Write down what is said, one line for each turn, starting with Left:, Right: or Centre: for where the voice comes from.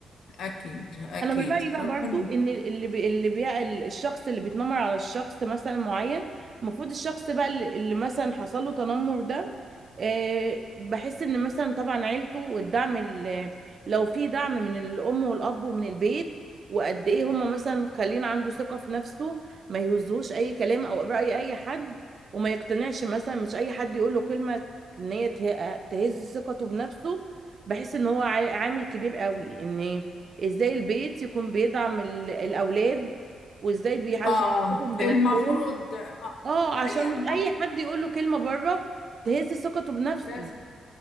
Left: أكيد أكيد
Right: انا من رايي بقى
Left: ربنا
Right: برضو ان اللي بي... اللي بي... الشخص اللي بيتنمر على الشخص مثلا معين المفروض الشخص بقى اللي اللي مثلا حصل له تنمر ده آه، بحس ان مثلا طبعا عيلته والدعم ال- لو في دعم من الام والاب ومن البيت وقد ايه هم مثلا خلين عنده ثقة في نفسه ما يهزوش اي كلام او رأي اي حد وما يقتنعش مثلا مش اي حد يقول له كلمة ان هي ته- تهز ثقته بنفسه بحس ان هو عا- عامل كبير قوي ان ازاي البيت يكون بيدعم ال- الاولاد وازاي بيعزز
Left: آه
Right: ثقتهم بنفسهم
Left: المفروض آه
Right: اه عشان
Left: هي
Right: مش
Left: الم...
Right: اي حد يقول له كلمه بره تهز ثقته بنفسه
Left: لازم